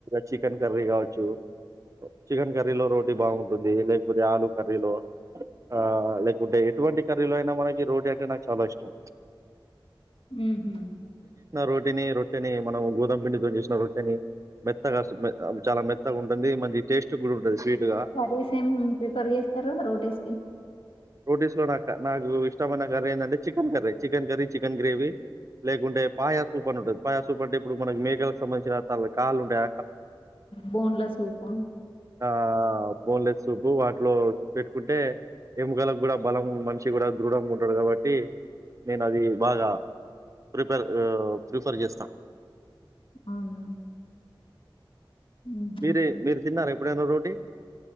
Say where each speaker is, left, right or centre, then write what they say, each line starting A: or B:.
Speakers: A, on the right; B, on the left.
A: చికెన్ కర్రీ కావచ్చు. చికెన్ కర్రీలో రోటీ బాగుంటుంది. లేకపోతే ఆలు కర్రీలో ఆహ్ లేకుంటే ఎటువంటి కర్రీలో అయినా మనకి రోటీ అంటే నాకు చాలా ఇష్టం.
B: ఉహు
A: రొట్టిని రొట్టెని మనం గోధుమ పిండితోని చేసిన రొట్టెని మెత్తగా చాలా మెత్తగా ఉంటుంది. మంచి టేస్ట్ కూడా ఉంటది. స్వీట్‌గా.
B: కర్రీస్ ఏం ప్రిఫర్ చేస్తారు రోటీస్ కి.
A: రోటీస్ లో నాకు నాకు ఇష్టమైన కర్రీ ఏందంటే chicken curry. Chicken curry, chicken gravy. లేకుంటే పాయా సూప్ అని ఉంటది. పాయా సూప్ అంటే ఇప్పుడు మన మేకలకు సంబంధించిన తల కాళ్లు ఉంటాయ.
B: బోన్లా సూపా.
A: ఆహ్ బోన్ లేస్ సూప్ వాటిలో పెట్టుకుంటే. ఎముకలకు కూడా బలం మనిషి కూడా దృఢంగా ఉంటాడు. కాబట్టి నేను అది బాగా ప్రిపర్ ప్రిఫర్ చేస్తా.
B: అవునా. ఉహు
A: మీరే మీరు తిన్నారా ఎప్. ఎప్పుడైనా రోటి.